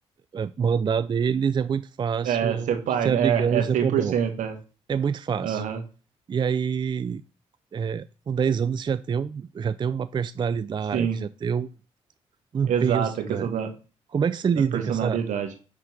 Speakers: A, on the right; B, on the right.
A: é, mandar neles, é muito fácil
B: é,
A: eu
B: ser pai,
A: ser
B: né?
A: amigão e
B: É, é
A: ser
B: 100%,
A: bobão.
B: é.
A: É muito fácil.
B: Aham,
A: E aí, é, com 10 anos, você já tem, um, já tem uma personalidade,
B: sim,
A: já tem um, um
B: exato,
A: penso,
B: a questão
A: né?
B: da,
A: Como é que você lida
B: da personalidade.
A: com essa,